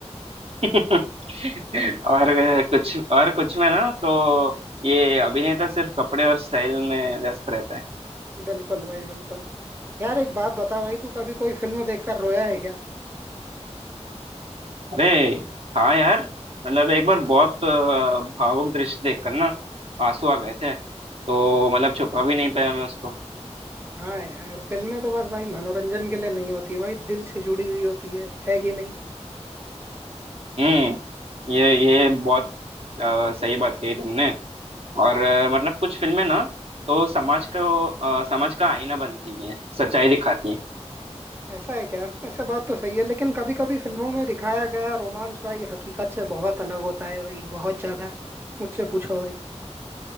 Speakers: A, on the right; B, on the right.
A: <laughs> और अ, कुछ और कुछ में ना तो ये अभिनेता सिर्फ कपड़े और स्टाइल में व्यस्त रहते हैं
B: बिल्कुल भाई बिल्कुल यार एक बात बता भाई तू कभी कोई फिल्म देखकर रोया है क्या
A: अरे हाँ यार मतलब एक बार बहुत अ, भावुक दृश्य देखकर ना आंसू आ गए थे तो मतलब छुपा भी नहीं पाया मैं उसको
B: हाँ यार फिल्में तो बस भाई मनोरंजन के लिए नहीं होती भाई दिल से जुड़ी हुई होती है है कि नहीं
A: हम्म ये ये बहुत अ, सही बात कही तुमने और अ, मतलब कुछ फिल्में ना तो समाज को अ, समाज का आईना बनती हैं सच्चाई दिखाती हैं
B: ऐसा है क्या ऐसा बात तो सही है लेकिन कभी कभी फिल्मों में दिखाया गया रोमांस भाई हकीकत से बहुत अलग होता है भाई बहुत ज्यादा मुझसे पूछो भाई